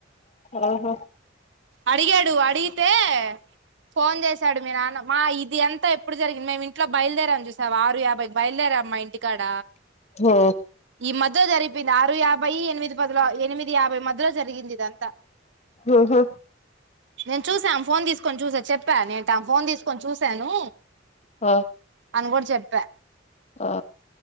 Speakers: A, on the left; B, on the right.
A: ఆహ
B: అడిగాడు అడిగితే ఫోన్ చేశాడు మీ నాన్న మా ఇది అంతా ఎప్పుడు జరిగింది మేము ఇంట్లో బయలుదేరాం చూసావా ఆరు యాభైకి బయలుదే రాం మా ఇంటికాడ
A: ఆ
B: ఈ మధ్యలో జరి గింది ఆరు యాభై ఎనిమిది పదిలో ఎనిమిది యాభై మధ్యలో జరిగింది ఇదంతా
A: ఊహూ
B: నేను చూసాను ఫోన్ తీసుకొని చూసాను చెప్పా నేను ఫోన్ తీసుకొని చూశాను
A: ఆ
B: నే కూడ్ చెప్పా
A: ఆ